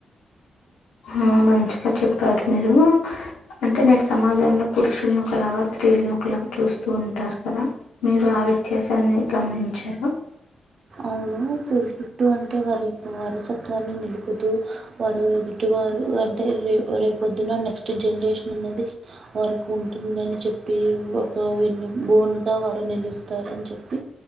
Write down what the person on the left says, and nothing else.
ఆ మంచిగా చెప్పారు మీరు అంటే నేటి సమాజంలో పురుషులను ఒకలాగా స్త్రీలను ఒకలాగా చూస్తూ ఉంటారు కదా మీరు ఆ వ్యత్యాసాన్ని గమనించార